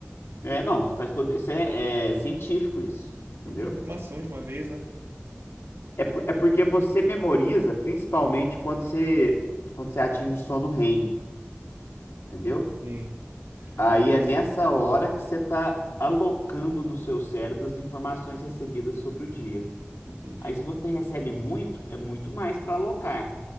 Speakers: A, on the left; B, on the right.
A: É, não, faz todo, isso é é científico isso, entendeu?
B: Muita informação de uma vez, né?
A: É, por- é porque você memoriza, principalmente quando você, quando você atinge o sono REM, entendeu?
B: Sim.
A: Aí
B: É, mas
A: é nessa hora que você está alocando no seu cérebro as informações recebidas sobre o dia.
B: entendi.
A: Aí, se você recebe muito, é muito mais para alocar.